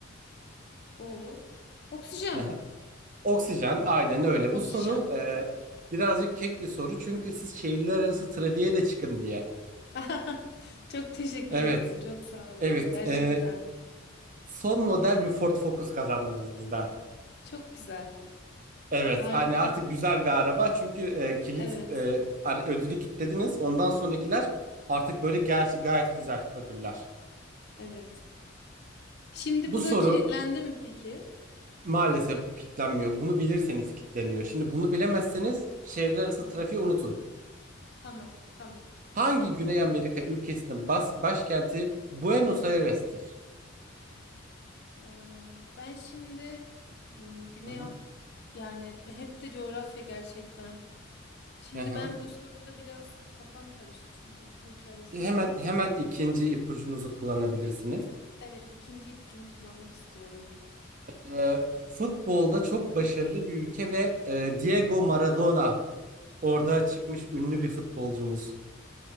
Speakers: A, on the left; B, on the right.
A: O oksijen.
B: Hı hı. Oksijen, aynen öyle.
A: Oksijen.
B: Bu soru e, birazcık kek bir soru. Çünkü siz şehirler arası trafiğe de çıkın diye.
A: <laughs> Çok teşekkür
B: Evet,
A: ederim. Çok sağ olun.
B: evet.
A: Gerçekten.
B: e, son model bir Ford Focus kazandınız bizden.
A: Çok güzel.
B: Evet,
A: Harika.
B: hani artık güzel bir araba çünkü e, kilit
A: Evet.
B: e, ar- ödülü kilitlediniz. Ondan sonrakiler artık böyle gerçi gayet güzel ödüller.
A: Evet. Şimdi
B: Bu
A: bu
B: soru
A: da kilitlendi mi peki?
B: maalesef bu kilitlenmiyor. Bunu bilirseniz kilitleniyor. Şimdi bunu bilemezseniz şehirler arası
A: Hmm.
B: trafiği unutun.
A: Tamam. Tamam.
B: Hangi Güney Amerika ülkesinin bas başkenti Buenos Aires'tir?
A: Eee, Ben şimdi m, Güney
B: Hı hı.
A: Af yani hep de coğrafya gerçekten. Şimdi
B: Hı hı.
A: ben bu soruda biraz kafam karıştı çünkü iki ülke arasında
B: Hemen
A: kaldım.
B: hemen ikinci ipucunuzu kullanabilirsiniz.
A: Evet, ikinci ipucumu kullanmak istiyorum.
B: E, futbolda çok başarılı bir ülke ve e, Diego Maradona Orada çıkmış ünlü bir futbolcumuz.